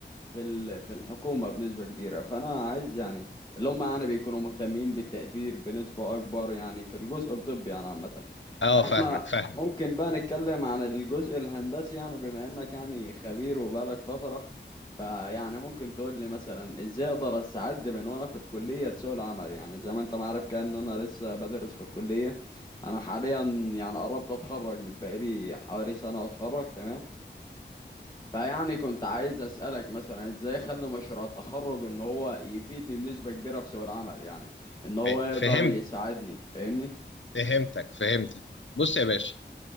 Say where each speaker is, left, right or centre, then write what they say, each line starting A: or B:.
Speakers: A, on the left (about 20°); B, on the left (about 80°).
A: في ال- في الحكومة بنسبة كبيرة فأنا عايز يعني اللي هم يعني بيكونوا مهتمين بالتقدير بنسبة أكبر يعني في الجزء الطبي يعني عامة
B: اه فاهمك
A: احنا
B: فاهمك
A: ممكن بقى نتكلم عن الجزء الهندسي يعني بما انك يعني خبير وبقالك فترة فيعني ممكن تقول لي مثلا ازاي اقدر استعد من وانا في الكلية لسوق العمل يعني زي ما انت ما عارف كده ان انا لسه بدرس في الكلية انا حاليا يعني قربت اتخرج من بقالي حوالي سنة واتخرج تمام فيعني كنت عايز اسألك مثلا ازاي اخلي مشروع التخرج ان هو يفيدني بنسبة كبيرة في سوق العمل يعني ان هو
B: ف-
A: يقدر
B: فهمت
A: يساعدني فاهمني
B: فهمتك فهمتك بص يا باشا